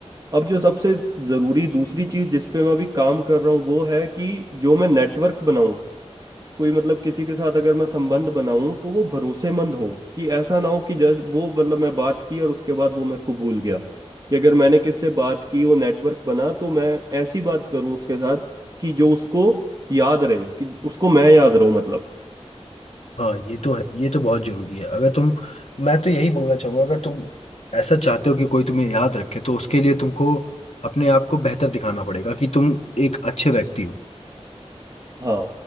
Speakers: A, on the right; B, on the left.
A: अब जो सबसे ज़रूरी दूसरी चीज़ जिस पे मैं अभी काम कर रहा हूँ वो है कि जो मैं नेटवर्क बनाऊँ कोई मतलब किसी के साथ अगर मैं संबंध बनाऊं तो वो भरोसेमंद हो कि ऐसा ना हो कि जैसे वो मतलब मैं बात की और उसके बाद वो मेरे को भूल गया कि अगर मैंने किससे बात की वो नेटवर्क बना तो मैं ऐसी बात करूं उसके साथ कि जो उसको याद रहे कि उसको मैं याद रहूं मतलब
B: हाँ ये तो है ये तो बहुत जरूरी है अगर तुम मैं तो यही बोलना चाहूंगा अगर तुम ऐसा चाहते हो कि कोई तुम्हें याद रखे तो उसके लिए तुमको अपने आप को बेहतर दिखाना पड़ेगा कि तुम एक अच्छे व्यक्ति हो
A: हाँ